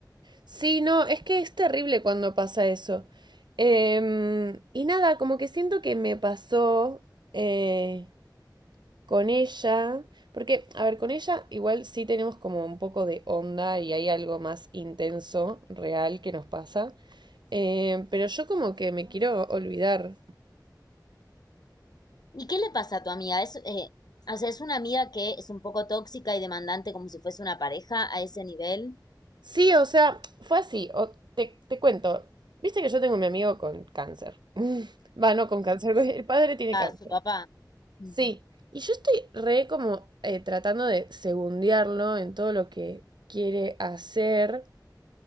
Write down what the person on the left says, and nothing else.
¿Y qué le pasa a tu amiga? Es, eh, o sea, es una amiga que es un poco tóxica y demandante como si fuese una pareja a ese nivel.
A
su papá. Mm.